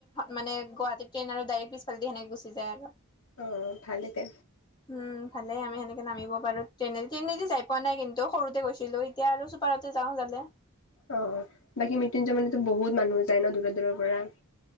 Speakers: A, on the left (about 20°); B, on the left (about 60°).
A: মানে গুৱাহাট ট্ৰেইন আৰু ডাইৰেক্ পিছালে সেনেক গুচি যায় আৰু-
B: অঁ ভালে দে
A: উম ভালে আমি সেনেকে নামিব পাৰো ট্ৰেইনে ট্ৰেইনেদি যাই। পোৱা নাই কিন্তু সৰুতে গৈছিলো এতিয়া আৰু চুপাৰতে যাওঁ জালে।
B: অ বাকী মৃত্যুঞ্জয়ণো বহুত মানুহ যায় ন দূৰ দূৰৰ পৰা।